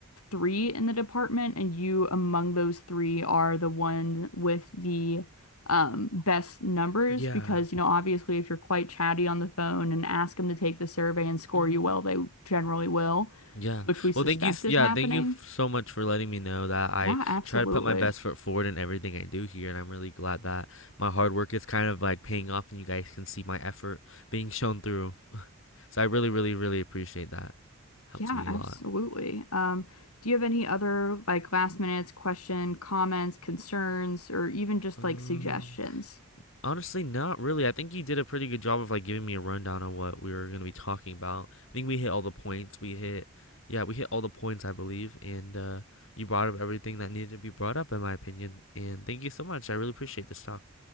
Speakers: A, on the left; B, on the left.
A: three in the department, and you among those three are the one with the um, best numbers
B: Yeah.
A: because you know obviously if you're quite chatty on the phone and ask them to take the survey and score
B: Mm-hmm.
A: you well, they generally will,
B: Yeah.
A: which we suspect
B: Well, thank you. s-
A: is
B: Yeah,
A: happening.
B: thank you f- so much for letting me know that I
A: Yeah, absolutely.
B: try to put my best foot forward in everything I do here, and I'm really glad that my hard work is kind of like paying off, and you guys can see my effort being shown through. <laughs> So I really, really, really appreciate that. Helps
A: Yeah,
B: me
A: absolutely.
B: a lot.
A: Um, do you have any other like last minute question, comments, concerns, or even just
B: Um.
A: like suggestions?
B: Honestly, not really. I think you did a pretty good job of like giving me a rundown on what we were gonna be talking about. I think we hit all the points. We hit, yeah, we hit all the points, I believe, and uh, you brought up everything that needed to be brought up, in my opinion. And thank you so much. I really appreciate this talk.